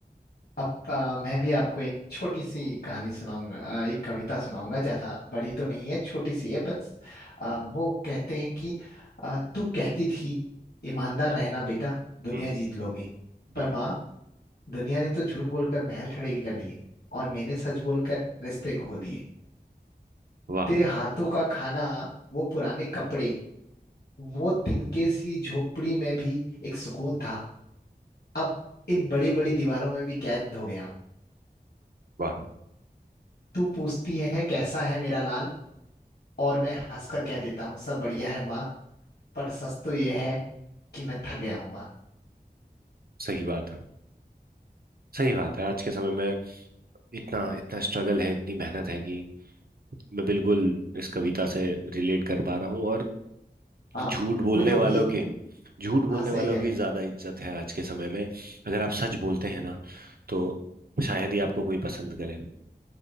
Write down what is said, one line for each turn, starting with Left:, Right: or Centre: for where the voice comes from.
Left: अब अ, मैं भी आपको एक छोटी सी कहानी सुनाऊंगा अ, एक कविता सुनाऊंगा ज्यादा बड़ी तो नहीं है छोटी सी है बस अ, वो कहते हैं कि अ, तू कहती थी ईमानदार रहना बेटा दुनिया
Right: हम्म
Left: जीत लोगे पर
Right: हम्म हम्म।
Left: माँ दुनिया ने तो झूठ बोलकर महल खड़े कर लिए और मैंने सच बोलकर रिश्ते खो दिए
Right: वाह
Left: तेरे हाथों का खाना वो पुराने कपड़े वो तिनके सी झोपड़ी में भी एक सुकून था अब इन बड़ी बड़ी दीवारों में भी कैद हो गया हूँ
Right: वाह
Left: तू पूछती है कैसा है मेरा लाल और मैं हंसकर कह देता हूँ सब बढ़िया है माँ पर सच तो ये है कि मैं थक गया हूँ माँ
Right: सही बात है सही बात है आज के समय में इतना इतना स्ट्रगल है इतनी मेहनत है कि मैं बिल्कुल इस कविता से रिलेट कर पा रहा हूँ और
Left: हाँ
Right: झूठ बोलने
Left: वो जो
Right: वालों
Left: बीच
Right: की झूठ बोलने
Left: हाँ सही
Right: वालों
Left: कह
Right: की
Left: रहे हैं
Right: ज्यादा इज्जत है आज के समय में अगर आप सच बोलते हैं ना तो शायद ही आपको कोई पसंद करे